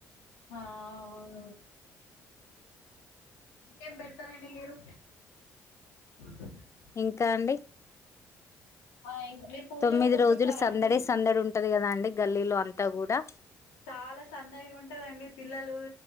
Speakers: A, on the left (about 80°); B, on the left (about 35°).
A: ఆ అవును ఇంకేం పెడతారండి మీరు అ <inaudible>
B: ఇంకా అండి
A: ఆ ఇం మీరు పూజలో
B: తొమ్మిది
A: కూర్చుంటారా
B: రోజులు సందడే
A: అండి
B: సందడి ఉంటది కదా అండి గల్లీలో అం త్త కూడా
A: చాలా సందడిగుంటదండి పిల్లలు